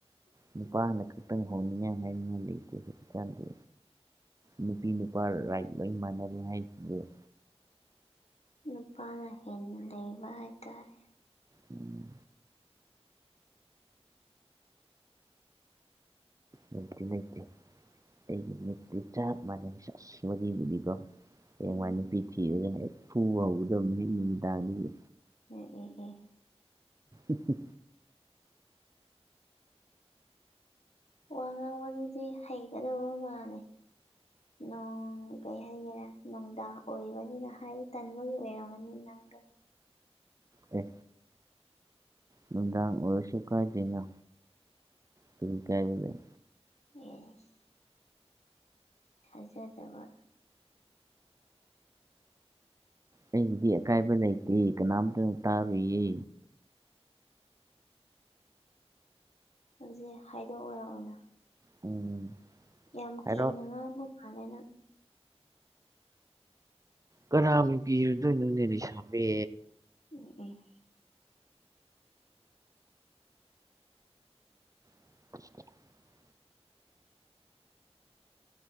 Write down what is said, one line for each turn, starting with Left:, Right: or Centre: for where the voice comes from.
Right: ꯅꯤꯄꯥꯅ ꯈꯛꯇ ꯍꯧꯅꯤ ꯍꯥꯏ ꯅꯤꯡꯉꯥꯏ ꯂꯩꯇꯦ ꯀꯩꯅꯣ ꯅꯨꯄꯤ ꯅꯨꯄꯥ ꯔꯥꯏꯠ ꯂꯣꯏ ꯃꯥꯟꯅꯔꯦ ꯍꯥꯏꯔꯤꯗꯨꯗꯤ
Left: ꯅꯨꯄꯥꯅ ꯍꯦꯟꯅ ꯂꯩꯕ ꯍꯥꯏꯇꯥꯔꯦ
Right: ꯎꯝ ꯂꯩꯇꯦ ꯂꯩꯇꯦ ꯑꯩꯒꯤ ꯃꯤꯠꯇꯤ ꯆꯞ ꯃꯥꯟꯅꯩ ꯑꯥꯁ ꯋꯥꯔꯤꯕꯨꯅꯤ ꯀꯣ ꯍꯌꯦꯡꯋꯥꯏꯅ
Left: ꯎꯝ
Right: ꯅꯨꯄꯤꯊꯤꯔꯒ ꯍꯦꯛ ꯐꯨꯕ ꯍꯧꯒꯗꯕꯅꯤ ꯅꯨꯃꯤꯗꯥꯡꯗꯒꯤ
Left: ꯑꯦ ꯑꯦ ꯑꯦ
Right: ꯎ ꯎ ꯎ
Left: ꯋꯥ ꯉꯥꯡꯕꯗꯨꯗꯤ ꯍꯩꯒꯗꯕ ꯃꯥꯜꯂꯦ ꯅꯣꯡ ꯀꯩ ꯍꯥꯏꯒꯦꯔꯥ ꯅꯨꯡꯗꯥꯡ ꯑꯣꯏꯕꯅꯤꯅ ꯍꯥꯏꯕ ꯇꯟꯕꯒꯤ ꯑꯣꯏꯔꯝꯒꯅꯤ ꯅꯪꯗꯣ
Right: ꯑꯦ ꯅꯨꯡꯗꯥꯡ ꯑꯣꯏꯁꯨ ꯀꯥꯏꯗꯦꯗ ꯀꯔꯤ ꯀꯥꯏꯕ ꯂꯩ
Left: ꯑꯦꯁ ꯊꯥꯖꯗꯕ
Right: ꯑꯩꯒꯤꯗꯤ ꯑꯀꯥꯏꯕ ꯂꯩꯇꯦ ꯀꯅꯥꯝꯇꯅ ꯇꯥꯔꯣꯏꯌꯦ
Left: ꯍꯧꯖꯤꯛ ꯍꯥꯏꯗꯣꯛꯑꯣꯔ
Right: ꯎꯝ
Left: ꯌꯥꯝ
Right: ꯍꯥꯏꯔꯣ
Left: ꯀꯤꯅ ꯉꯥꯡꯕ ꯃꯥꯜꯂꯦ ꯅꯪ
Right: ꯀꯅꯥꯕꯨ ꯀꯤꯔꯨꯗꯣꯏꯅꯣꯅꯦ ꯂꯩꯁꯥꯕꯤ
Left: ꯎꯝ ꯎꯝ
Right: <unintelligible>